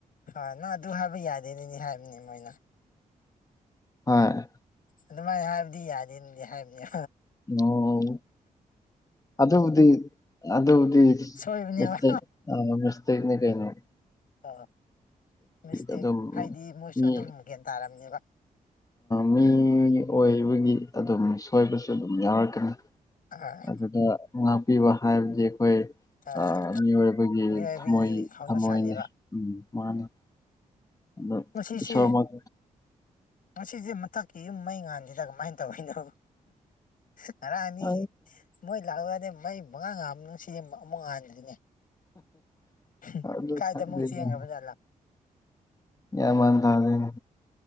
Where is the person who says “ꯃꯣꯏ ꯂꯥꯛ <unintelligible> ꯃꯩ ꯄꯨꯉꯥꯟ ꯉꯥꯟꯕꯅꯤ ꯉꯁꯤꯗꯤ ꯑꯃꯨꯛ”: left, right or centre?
Left